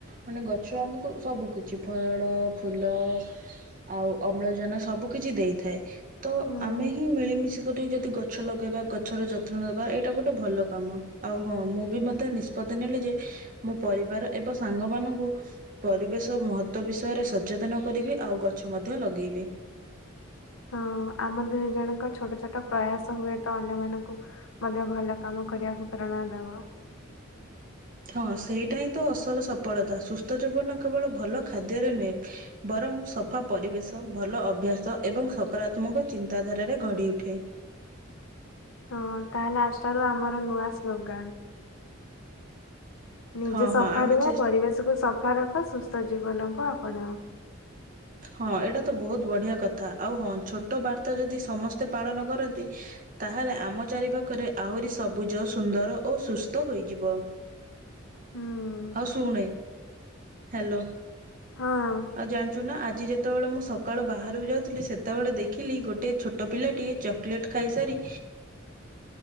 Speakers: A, on the right (about 40°); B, on the left (about 85°).
A: ମାନେ ଗଛ ଆମକୁ ସବୁ କିଛି ଫଳ, ଫୁଲ ଆଉ ଅମ୍ଳଜାନ ସବୁ କିଛି ଦେଇଥାଏ। ତ
B: ହୁଁ।
A: ଆମେ ହିଁ ମିଳିମିଶି କରିି ଯଦି ଗଛ ଲଗେଇବା ଗଛର ଯତ୍ନ ନବା ଏଇଟା ଗୋଟେ ଭଲ କାମ। ଆଉ ହଁ ମୁଁ ବି ମଧ୍ୟ ନିଷ୍ପତ୍ତି ନେଲି ଯେ ମୋ ପରିବାର ଏବଂ ସାଙ୍ଗ ମାନଙ୍କୁ ପରିବେଶ ମହତ୍ଵ ବିଷୟରେ ସଚେତନ କରିବି ଆଉ ଗଛ ମଧ୍ୟ ଲଗେଇବି।
B: ହଁ ଆମ ଦୁହିଁ ଜଣଙ୍କ ଛୋଟ ଛୋଟ ପ୍ରୟାସ ହୁଏ ତ ଅନ୍ୟମାନଙ୍କୁ ମଧ୍ୟ ଭଲ କାମ କରିବାକୁ ପ୍ରେରଣା ଦେବ।
A: ହଁ ସେଇଟା ହିଁ ତ ଅସଲ ସଫଳତା ସୁସ୍ଥ ଜୀବନ କେବଳ ଭଲ ଖାଦ୍ୟରେ ନୁହେଁ ବରଂ ସଫା ପରିବେଶ ଭଲ ଅଭ୍ୟାସ ଏବଂ ସକାରାତ୍ମକ ଚିନ୍ତାଧାରାରେ ଗଢି ଉଠେ।
B: ହଁ ତାହେଲେ ଆଜିଠାରୁ ଆମର ନୂଆ ସ୍ଲୋଗାନ ନିଜେ
A: ହଁ
B: ସଫା
A: ହଁ ଆମେ
B: ରୁହ,
A: ଚେଷ୍ଟା
B: ପରିବେଶକୁୁ ସଫା ରଖ, ସୁସ୍ଥ ଜୀବନକୁ ଆପଣାଅ।
A: ହଁ ଏଇଟା ତ ବହୁତ ବଢିଆ କଥା ଆଉ ହଁ ଛୋଟ ବାର୍ତା ଯଦି ସମସ୍ତେ ପାଳନ କରନ୍ତି ତାହେଲେ ଆମ ଚାରିପାଖରେ ଆହୁରି ସବୁଜ ସୁନ୍ଦର ଓ ସୁସ୍ଥ ହୋଇଯିବ।
B: ହୁଁ ହୁଁ।
A: ଶୁଣେ ହ୍ୟାଲୋ
B: ହଁ
A: ଆଉ ଜାଣି ଛୁନା, ଆଜି ଯେତେବେଳେ ମୁଁ ସକାଳୁ ବାହାରକୁ ଯାଉଥିଲି, ସେତେବେଳେ ଦେଖିଲି ଗୋଟିଏ ଛୋଟ ପିଲାଟିଏ ଚ କୋଲେଟ୍ ଖାଇସାରି
B: <inaudible>